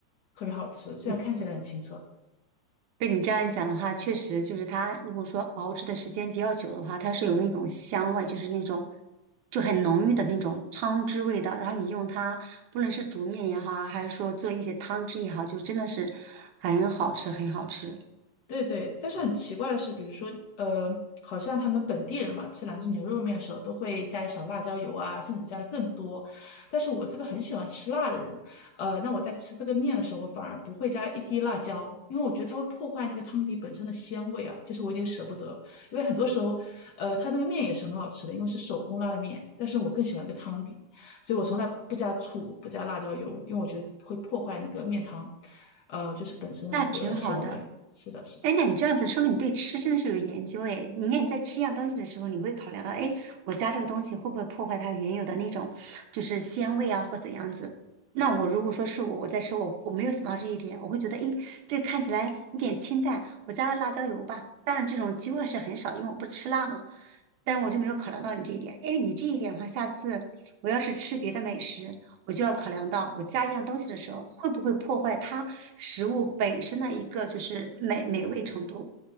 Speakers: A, on the left (about 60°); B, on the right (about 90°).
A: 特别好吃，虽然看起来很清澈。
B: 嗯，被你这样一讲的话，确实就是它如果说熬制的时间比较久的话，它是有那种香味，就是那种就很浓郁的那种汤汁味道，然后你用它，不论是煮面也好啊，还是说做一些汤汁也好，就真的是很好吃，很好吃。
A: 对对，但是很奇怪的是，比如说，呃，好像他们本地人嘛，吃兰州牛肉面的时候都会加一勺辣椒油啊，甚至加的更多。但是我这个很喜欢吃辣的人，呃，那我在吃这个面的时候，我反而不会加一滴辣椒，因为我觉得它会破坏那个汤底本身的鲜味啊，就是我有点舍不得。因为很多时候，呃，它那个面也是很好吃的，因为是手工拉的面，但是我更喜欢那个汤底。所以我从来不加醋，不加辣椒油，因为我觉得会破坏那个面汤，呃，就是本身的那个纤维。
B: 那挺好的，
A: 是的，是的。
B: 哎，那你这样子说明你对吃真的是有研究哎。你看你在吃一样东西的时候，你会考量到，哎，我加这个东西会不会破坏它原有的那种就是鲜味啊，或怎样子？那我如果说是我我在吃，我我没有想到这一点，我会觉得，哎，这看起来有点清淡，我加了辣椒油吧。当然这种机会是很少，因为我不吃辣嘛。但是我就没有考量到你这一点。哎，你这一点的话，下次我要是吃别的美食，我就要考量到我加一样东西的时候，会不会破坏它食物本身的一个就是美美味程度。